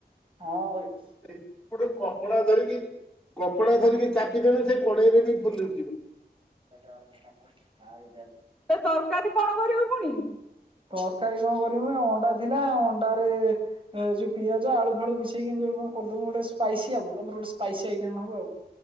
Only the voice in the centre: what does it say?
ଗୋଟେ କପଡା ଧରିକି କପଡା ଧରିକି ଚା ରଖିଦେନେ ସେ କଡେଇରେ ବି ଫୁଲିଯିବ।
ସେ ତରକାରୀ କଣ କରିବୁ ପୁଣି?